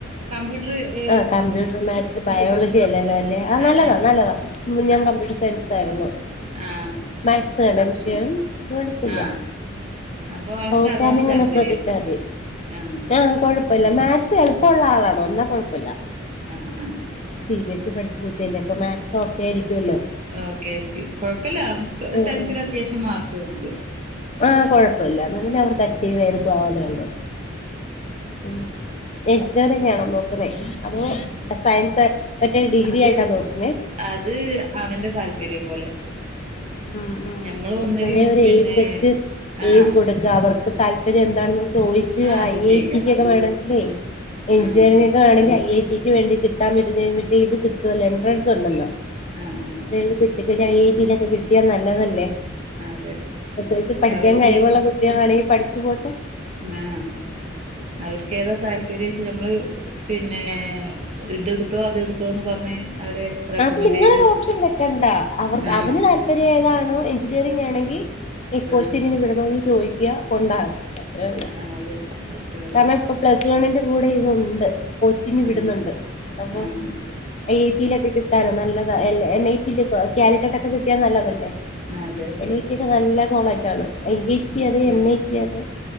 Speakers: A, on the right; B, on the left.
A: കമ്പ്യൂട്ട്റ് <unintelligible>
B: ആഹ് കമ്പ്യൂട്ടർ മാത് സ് ബയോളജിയല്ലല്ലോ അല്ലേ ആഹ്
A: ആ
B: നല്ലതാ
A: ആ
B: നല്ലതാ ഞാൻ കമ്പ്യൂട്ടർ സയൻസായിരുന്നു
A: ആ
B: മാത്സ് തന്നെ വിഷയം കൊഴപ്പ്യല്ല
A: ആ അപ്പൊ അവൻക്ക്
B: പ്രോഗ്രാമിങ്ങൊന്ന്
A: അതാണ് താല്പര്യം
B: ശ്രദ്ധിച്ചാതി
A: ആ
B: ആഹ് കൊഴ പ്പമില്ല മാത്സ് എളുപ്പമുള്ള ആളാണോ എന്നാ കുഴപ്പമില്ല
A: ആഹ് ആഹ്
B: സി ബി എസ് ഇ പഠിച്ച കുട്ടിയല്ലേ അപ്പ മാത്സ് ഒക്കെയായിരിക്കുവല്ലോ?
A: ഓക്കെയായിരിക്കും കൊഴപ്പല്ല
B: ഉം
A: ടെൻത്തിലത്യാവിശ്യം
B: ഉം
A: മാർക്ക്ണ്ട്.
B: ആഹ് കൊഴപ്പയില്ല ഇന്നാ പിന്നെ അവർക്ക് അച്ചീവെയ്ത് പോവാന്നെയൊള്ളു ഉം എഞ്ചിനീയറിംങ്ങാണോ നോക്കുന്നേ അതോ സയൻസാ മറ്റേ ഡിഗ്രിയായിട്ടാ
A: അത്
B: നോക്കുന്നേ?
A: അത് അവന്റെ താല്പര്യം പോലെ
B: ഉം, ഉം
A: ഞമ്മൾ ഒന്നിലും
B: എപ്പഴേ ഒരു
A: പിന്നെ
B: എയിം വെച്ച്
A: ആ
B: എയിം കൊടുക്ക അവർക്ക് താല്പര്യം എന്താണെന്ന് ചോദിച്ച്
A: ആ അത്
B: ഐ
A: ചെയ്യാ
B: ഐ ടി ക്കെക്കെ വേണങ്കില് എഞ്ചിനീയറിംഗെക്കെ
A: ആ
B: ട്ടുവാണെങ്കി ഐ ഐ ടിക്ക് വേണ്ടി കിട്ടാൻ പറ്റ്ന്നേ മറ്റേയിത് കിട്ടുവല്ലോ എൻട്രൻസൊണ്ടല്ലോ..
A: ആ ആ
B: അതെഴുതി കിട്ടിക്ക പിന്നെ ഐ ഐ ടിയിലൊക്കെ കിട്ടിയാ നല്ലതല്ലേ?
A: അതെ
B: പ്രത്യേകിച്ച്
A: പക്ഷെ
B: പഠിക്കാൻ
A: അവർക്ക്
B: കഴിവുള്ള കുട്ടികളാണെങ്കിൽ പഠിച്ചു പോട്ടെ,
A: ങ്ങാ അവർക്കേതാ താല്പര്യച്ചാ നമ്മള് പിന്നെ ഇതെടുത്തോ അതെടുത്തോന്ന് പറഞ്ഞ് അവരെ.. റെക്കമെന്റ്
B: അത് നിങ്ങളൊരു
A: ചെയ്ത്
B: ഓപ്ഷൻ വെക്കണ്ട അവർ
A: ആഹ്
B: അവന് താൽ പര്യയേതാണോ എഞ്ചിനീയറിംങ്ങാണെങ്കി ഈ കോച്ചിങ്ങിന്
A: ആഹ്
B: വിട ചോദിക്ക കൊണ്ടാക്കാ അത്രേയൊള്ളൂ
A: അതെ അത്രേ ഉള്ളൂ
B: കാരണം ഇപ്പ പ്ലസ് വണ്ണിന്റെ കൂടെയിതുണ്ട് കോച്ചിങ്ങ്
A: ആഹ്
B: വിടുന്നുണ്ട്. അപ്പൊ
A: ആഹ്
B: ഐ ഐയ്റ്റയിലൊക്കെ കിട്ടാനോ നല്ലതാ എൻ ഐ റ്റി ലെക്കെ കാലിക്കറ്റൊക്കെ കിട്ടിയാ നല്ലതല്ലേ?
A: അതെ അതെ
B: എൻ ഐ ടി യെക്കെ നല്ല കോളേജാണ് ഐ ഐ റ്റി അത്
A: ഉം
B: എൻ ഐ റ്റി യതെ